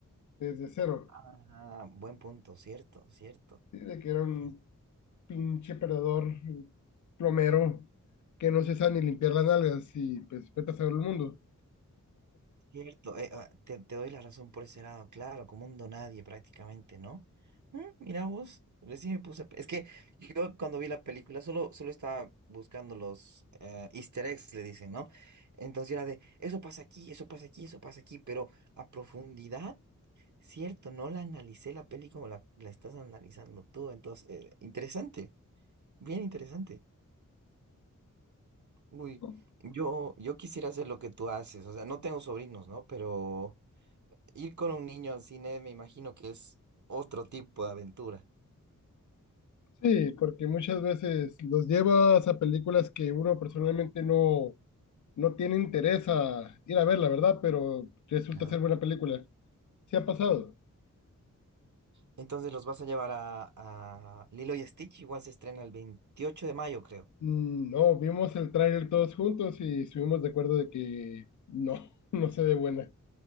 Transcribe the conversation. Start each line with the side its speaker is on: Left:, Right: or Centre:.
Left: desde cero,
Right: Ah, buen punto, cierto, cierto.
Left: sí, de que era un
Right: cier-
Left: pinche perdedor, plomero, que no se sabe ni limpiar las nalgas y pues vete a saber el mundo.
Right: Cierto, eh, ah, te, te doy la razón por ese lado, claro, como un nadie prácticamente, ¿no? Mm, mira vos, recién me puse... a pe- Es que yo cuando vi la película solo, solo estaba buscando los eh, easter eggs, le dicen, ¿no? Entonces era de, eso pasa aquí, eso pasa aquí, eso pasa aquí, pero a profundidad, cierto, no la analicé la peli como la, la estás analizando tú, entonces, eh, interesante, bien interesante. Uy,
Left: ¿no?
Right: yo, yo quisiera hacer lo que tú haces, o sea, no tengo sobrinos, ¿no? Pero ir con un niño al cine me imagino que es otro tipo de aventura.
Left: Sí, porque muchas veces los llevas a películas que uno personalmente no, no tiene interés a ir a ver, la verdad, pero resulta
Right: Ya.
Left: ser buena película. ¿Sí ha pasado?
Right: Entonces los vas a llevar a, a Lilo y Stitch, igual se estrena el 28 de mayo, creo.
Left: Mm, No, vimos el tráiler todos juntos y estuvimos de acuerdo de que no, <laughs> no se ve buena.